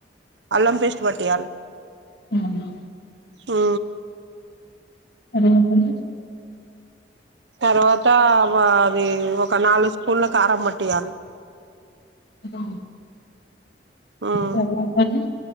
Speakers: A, on the right; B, on the left.
A: అల్లం పేస్ట్ పట్టియాలి
B: అవునా
A: ఆ
B: రేపండి
A: తర్వాత అది ఒక నాలుగు స్పున్ల కారం పట్టియాలి
B: అ
A: ఉమ్
B: <inaudible> తర్వాత ఆని